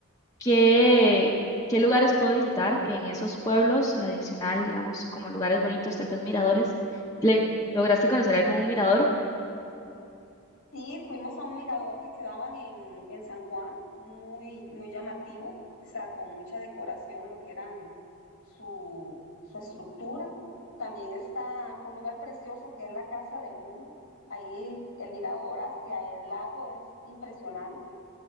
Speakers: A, on the left; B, on the left.
A: ¿Qué, qué lugares puedo visitar en esos pueblos adicional, digamos, como lugares bonitos, tal vez miradores? ¿Le lograste conocer algún mirador?
B: Sí, fuimos a un mirador que quedaban en, en San Juan, muy, muy llamativo, o sea, con mucha decoración en lo que eran su, su estructura. También está un lugar precioso que es la Casa del Mundo. Ahí el mirador hacia el lago es impresionante.